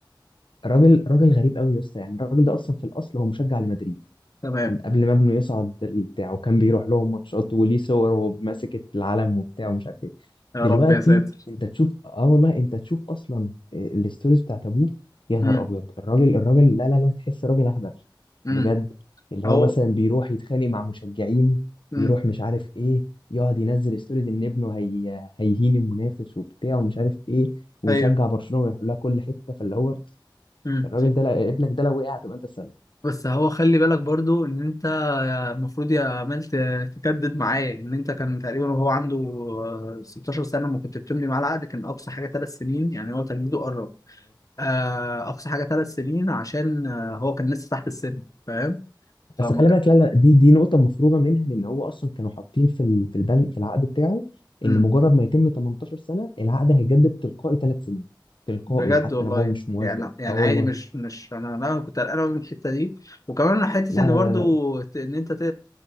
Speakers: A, on the left; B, on the left.
A: راجل راجل غريب قوي يا اسطى يعني الراجل ده اصلا في الاصل هو مشجع لمدريد
B: تمام
A: من قبل ما ابنه يصعد بتاع وكان بيروح لهم ماتشات وليه صور وهو ماسك العلم وبتاع ومش عارف ايه
B: يا
A: دلوقتي
B: رب يا ساتر
A: انت تشوف اه والله انت تشوف اصلا الستوريز بتاعت ابوه يا نهار
B: امم
A: ابيض الراجل الراجل لا لا لا تحس راجل اهبل
B: امم
A: بجد اللي
B: اهو
A: هو مثلا بيروح يتخانق مع مشجعين
B: امم
A: يروح مش عارف ايه يقعد ينزل ستوريز ان ابنه هي هيهين المنافس وبتاع ومش عارف ايه ويشجع
B: ايوه
A: برشلونة ويروح لها كل حتة فاللي هو
B: امم
A: الراجل ده لا- ابنك ده لو وقع هتبقى انت السبب
B: بس هو خلي بالك برضو ان انت المفروض يا عمال ت- تجدد معاه ان انت كان تقريبا وهو عنده آه، 16 سنه ما كنت بتمضي معاه العقد كان اقصى حاجه ثلاث سنين يعني هو تجديده قرب آه، اقصى حاجه ثلاث سنين عشان آه، هو كان لسه تحت السن فاهم فما
A: بس خلي بالك لا لا دي دي نقطة مفروغة منها لأن هو أصلا كانوا حاطين في ال- في البند في العقد بتاعه
B: كان
A: إن مجرد ما يتم 18 سنة العقد هيجدد تلقائي ثلاث سنين تلقائي
B: بجد
A: حتى
B: والله
A: لو هو مش موافق
B: يعني يعني
A: أه
B: عادي
A: والله
B: مش مش انا لا، انا كنت قلقان أوي من الحته دي وكمان حته
A: لا
B: ان
A: لا
B: برضو
A: لا لا
B: ت- ان انت ت...